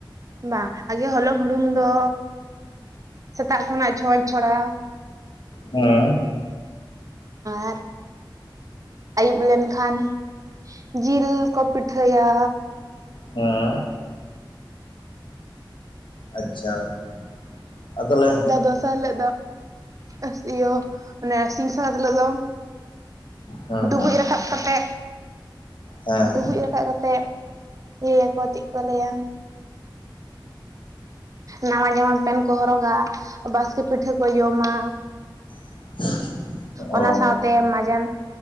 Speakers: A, on the right; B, on the left.
A: ᱵᱟᱝ ᱟᱜᱮ ᱦᱚᱞᱚᱝ ᱦᱩᱲᱩᱝ ᱫᱚ ᱥᱮᱛᱟᱜ ᱠᱷᱚᱱᱟᱜ ᱪᱷᱚᱸᱪ ᱪᱷᱚᱲᱟ
B: ᱦᱮᱸ
A: ᱟᱨ ᱟᱹᱭᱩᱵ ᱞᱮᱱᱠᱷᱟᱱ ᱡᱤᱞ ᱠᱚ ᱯᱤᱴᱷᱟᱹᱭᱟ᱾
B: ᱦᱮᱸ ᱟᱪᱪᱷᱟ ᱟᱨ ᱛᱟᱦᱚᱞᱮ
A: ᱫᱚᱥᱟᱨ ᱦᱤᱞᱳᱜ ᱫᱚ ᱤᱭᱟᱹ ᱚᱱᱮ ᱥᱤᱝ ᱥᱟᱠᱨᱟᱛ ᱦᱤᱞᱚᱜ ᱫᱚ
B: ᱦᱮᱸ
A: ᱰᱩᱵᱩᱡ
B: ᱦᱮᱸ
A: ᱨᱟᱠᱟᱵ ᱠᱟᱛᱮ
B: ᱦᱮᱸ
A: ᱰᱩᱵᱩᱡ ᱨᱟᱠᱟᱵ ᱠᱟᱛᱮᱜ ᱤᱭᱟᱹᱭᱟᱠᱚ ᱪᱮᱫ ᱠᱚ ᱞᱟᱹᱭᱟ ᱱᱟᱣᱟ ᱡᱟᱢᱟ ᱯᱮᱱ ᱠᱚ ᱦᱚᱨᱚᱜᱟ ᱵᱟᱥᱠᱮ ᱯᱤᱴᱷᱟᱹ ᱠᱚ ᱡᱚᱢᱟ᱾
B: <unintelligible>
A: ᱚᱱᱟ
B: ᱚ
A: ᱥᱟᱶᱛᱮ ᱢᱟᱡᱟᱱ